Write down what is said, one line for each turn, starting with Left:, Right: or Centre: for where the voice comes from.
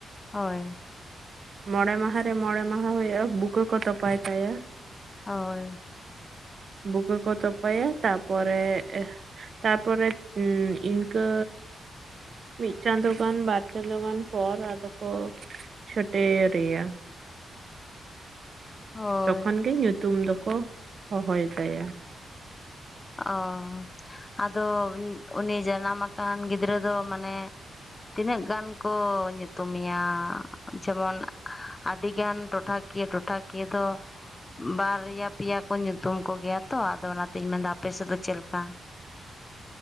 Left: ᱦᱳᱭ
Right: ᱢᱚᱸᱬᱮ ᱢᱟᱦᱟ ᱨᱮ ᱢᱚᱸᱬᱮ ᱢᱟᱦᱟ ᱦᱩᱭᱩᱜᱼᱟ ᱵᱩᱠᱟᱹ ᱠᱚ ᱛᱚᱯᱟᱭ ᱛᱟᱭᱟ
Left: ᱚᱭ᱾
Right: ᱵᱩᱠᱟᱹ ᱠᱚ ᱛᱚᱯᱟᱭᱟ ᱛᱟᱯᱚᱨᱮ ᱮ ᱛᱟ ᱯᱚᱨᱮ ᱩᱸ ᱤᱱᱠᱟᱹ ᱢᱤᱫ ᱪᱟᱸᱫᱳ ᱜᱟᱱ ᱵᱟᱨ ᱪᱟᱸᱫᱳ ᱜᱟᱱ ᱯᱚᱨ ᱟᱫᱚ ᱠᱚ ᱴᱮᱼᱨᱮᱭᱟ
Left: ᱦᱳᱭ
Right: ᱛᱚᱠᱷᱚᱱ ᱜᱮ ᱧᱩ ᱛᱩᱢ ᱫᱚᱠᱚ ᱦᱚᱦᱚᱭ ᱛᱟᱭᱟ
Left: ᱚᱸ ᱟᱫᱚ ᱩᱱᱤ ᱡᱟᱱᱟᱢ ᱟᱠᱟᱱ ᱜᱤᱫᱽᱨᱟᱹ ᱫᱚ ᱢᱟᱱᱮ ᱛᱤᱱᱟᱹᱜ ᱜᱟᱱ ᱠᱚ ᱧᱩᱛᱩᱢᱮᱭᱟ ᱡᱮᱢᱚᱱ ᱟᱹᱰᱤᱜᱟᱱ ᱴᱚᱴᱷᱟᱠᱤᱭᱟᱹ ᱴᱚᱴᱷᱟᱠᱤᱭᱟᱹ ᱫᱚ ᱵᱟᱨᱭᱟ ᱯᱮᱭᱟ ᱠᱚ ᱧᱩᱛᱩᱢ ᱠᱚᱜᱮᱭᱟ ᱛᱚ ᱟᱫᱚ ᱚᱱᱟᱛᱤᱧ ᱢᱮᱱᱫᱟ ᱟᱯᱮᱥᱮᱫ ᱫᱚ ᱪᱮᱫ ᱞᱮᱠᱟ᱾